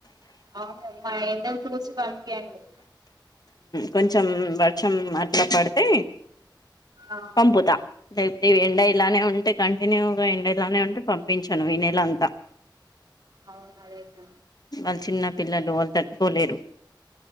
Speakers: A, on the right; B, on the left.
A: అవునులే మా ఎండలు చూసి పంపియండి
B: కొంచెం వర్షం అట్లా పడితే
A: ఆ
B: పంపుతా ఎండ ఇలానే ఉంటే కంటిన్యూగా <unintelligible> ఉంటే పంపించాను ఈ నెల అంతా
A: అవును అదైతే
B: వాళ్ళ చిన్న పిల్లలు వాళ్ళు తట్టుకోలేరు